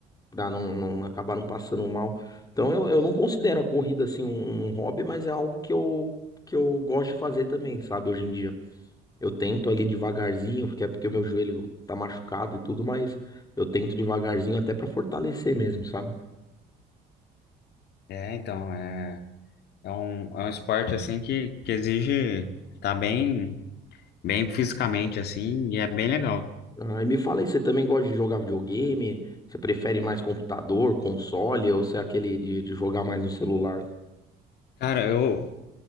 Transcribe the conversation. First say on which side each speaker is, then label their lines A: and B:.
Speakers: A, on the left; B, on the left.
A: Pra não, não acabar não passando mal. Então eu, eu não considero a corrida assim um, um hobby, mas é algo que eu, que eu gosto de fazer também, sabe? Hoje em dia. Eu tento ali devagarzinho, porque é porque o meu joelho tá machucado e tudo, mas eu tento devagarzinho até pra fortalecer mesmo, sabe?
B: É, então, é, é um, é um esporte, assim, que, que exige tá bem, bem fisicamente, assim, e é bem legal.
A: Ah, e me fala aí, você também gosta de jogar videogame? Você prefere mais computador, console, ou você é aquele de, de jogar mais no celular?
B: Cara, eu,